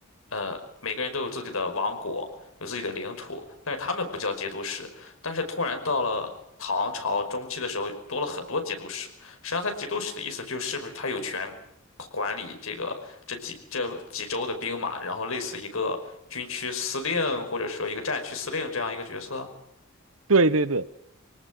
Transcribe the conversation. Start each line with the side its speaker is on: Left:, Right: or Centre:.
Left: 呃，每个人都有自己的王国，有自己的领土，但是他们不叫节度使。但是突然到了唐朝中期的时候，多了很多节度使。实际上，他节度使的意思就是不是他有权管理这个这几这几州的兵马，然后类似一个军区司令或者说一个战区司令这样一个角色。
Right: 对对对。